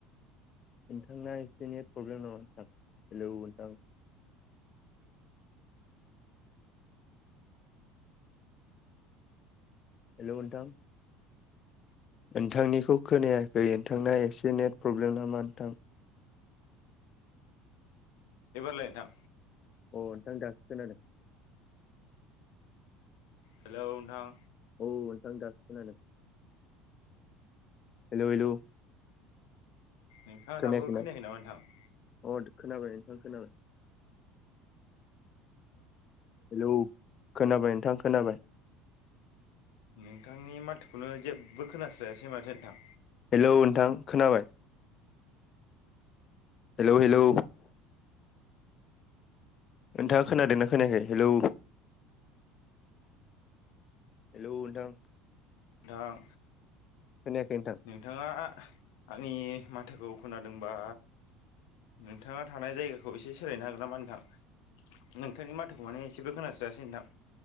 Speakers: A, on the left; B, on the left.
A: नोंथांना एसे नेट प्रब्लेम नङा नोंथां हेलौ नोंथां हेल' नोंथां नोंथांनिखौ खोनायाखै नोंथांना एसे नेट प्रब्लेम नामा नोंथां
B: एबारलाय नोंथां
A: अ नोंथां जासिगोन आरो
B: हेलौ नोंथां
A: औ नोंथां दा खोनादों हेलौ हेलौ
B: नोंथाङा
A: खोनायाखैना
B: दाबो खोनायाखै नामा नोंथां
A: अ खोनाबाय नोंथां खोनाबाय हेलौ खोनाबाय नोंथां खोनाबाय
B: नोंथांनि माथोखौनो जेबो खोनास्रायासै माथो नोंथां
A: हेलौ नोंथां खोनाबाय हेलौ हेलौ नोंथाङा खोनादोंना खोनायाखाय हेलौ हेलौ नोंथां
B: नोंथां
A: खोनायाखै नोंथां
B: नोंथाङा आंनि माथोखौ खोनादोंबा नोंथाङा थानाय जायगाखौ एसे सोलायनो हागोन नामा नोंथां नोंथांनि माथोखौ माने एसेबो खोनासायासै नोंथां